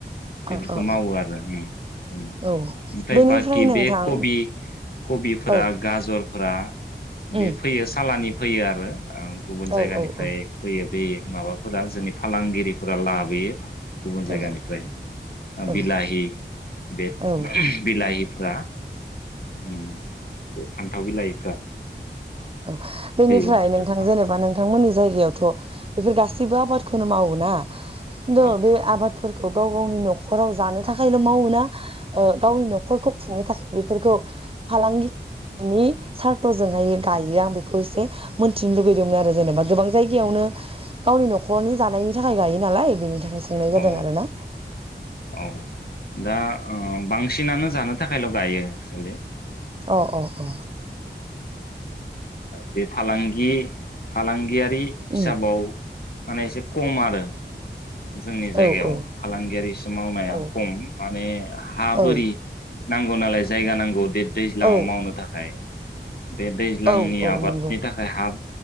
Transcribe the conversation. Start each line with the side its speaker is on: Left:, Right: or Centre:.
Left: बेफोरखौ
Right: अ अ
Left: मावो आरो ओम
Right: औ
Left: ओमफ्राय
Right: बेनिफ्राय
Left: बाखि
Right: नोंथां
Left: बे कबि कबिफोरा
Right: औ
Left: गाजरफोरा
Right: उम
Left: बे फैयो सालानि फैयो आरो। आं गुबुन
Right: औ
Left: जायगानिफ्राय
Right: औ औ उम
Left: फैयो। दे माबा फोरा जोंनि फालांगिरिफोरा लाब। होयो। गुबुन
Right: औ
Left: जायगानिफ्राय ओ
Right: औ
Left: बिलाहि बे
Right: औ
Left: बिलाहिफ्रा उम बे फान्थाव बिलाइ
Right: औ बेनिफ्राय
Left: ओमफ्राय
Right: नोंथां
Left: फान्थाव
Right: जेनेबा नोंथांमोननि जायगायावथ' बे गासै सिबो आबादखौनो मावो ना द'
Left: औ
Right: बे आबादफोरखौ गाव-गावनि नखराव जानो थाखायल मावो ना ओ गावनि नखरखौ खुंनो थाखाय बेफोरखौ फालांगिनि सार्थजोंहाय गायो आं बेखौ इसे मोन्थिनो लुुबैदोंमोन आरो जेनेबा गोबां जायगायावनो गावनि नखरनि जानायनि थाखाय गायो नालाय बेनि थाखाय सोंनाय जादों
Left: औ
Right: आरो ना
Left: औ दा ओ बांसिनानो जानो थाखायल गायो एकचुलि।
Right: अ अ अ
Left: बे फालांगि फालांगिया बि हिसाबाव
Right: उम
Left: माने एसे खम आरो। जोंनि जायगायाव
Right: औ औ
Left: फालांगियारिसो मावनाया
Right: औ
Left: खम माने हा बोरि
Right: औ
Left: नांगौ नालाय जायगा नांगौ देर दैज्लाङाव
Right: औ
Left: मावनो थाखाय बे दैज्लांनि
Right: औ औ
Left: आबादनि
Right: नंगौ
Left: थाखाय हाब